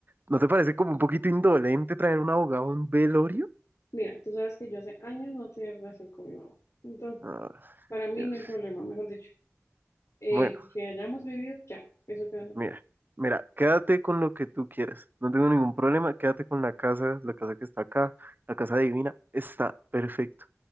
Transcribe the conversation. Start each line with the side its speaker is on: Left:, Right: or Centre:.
Right: ¿No te parece como un poquito indolente traer un abogado a un velorio?
Left: Mira, tú sabes que yo hace años no tenía relación con mi mamá. entonces
Right: Ah.
Left: Para mí
Right: Dios.
Left: no hay problema, mejor dicho. Eh,
Right: Bueno,
Left: lo que hayamos vivido, ya, eso queda en el
Right: mira,
Left: pasado.
Right: mira, quédate con lo que tú quieras. No tengo ningún problema, quédate con la casa, la casa que está acá, la casa divina, está perfecto.